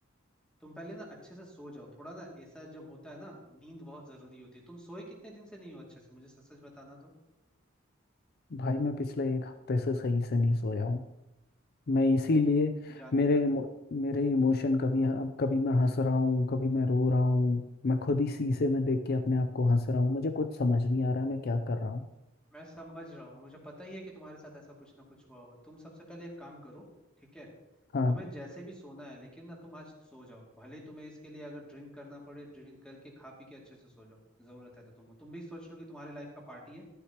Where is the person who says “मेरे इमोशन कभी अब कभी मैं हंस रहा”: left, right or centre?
Left